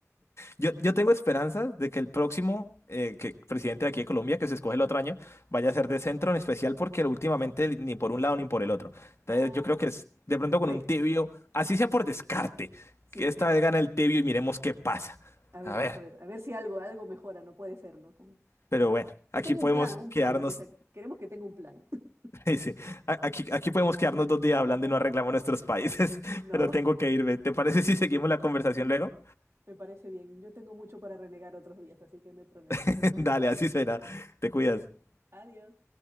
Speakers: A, on the left (about 55°); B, on the right (about 55°).
A: Yo, yo tengo esperanzas de que el próximo eh, que, presidente de aquí de Colombia, que se escoge el otro año, vaya a ser de centro, en especial porque últimamente ni por un lado ni por el otro. Entonces
B: Ah,
A: yo creo que es de pronto
B: Con
A: con
B: fe,
A: un tibio, así sea por descarte,
B: sí.
A: que esta
B: <laughs>
A: vez gana el tibio y miremos qué pasa.
B: A ver,
A: A ver,
B: vamos a ver, a ver si algo, algo mejora, no puede ser, ¿no? Con-
A: pero bueno, aquí
B: Que tenga
A: podemos
B: un plan, un
A: quedarnos,
B: plan, aunque sea- queremos que tenga un plan. <laughs>
A: <laughs> dice, a- aquí, aquí podemos quedarnos dos días hablando y no arreglamos nuestros países, <laughs>
B: No,
A: pero tengo que irme. ¿Te parece si seguimos la conversación luego?
B: me parece bien. Yo tengo mucho para renegar otros días, así que no hay problema.
A: <laughs> Dale, así será. Te cuidas.
B: Adiós.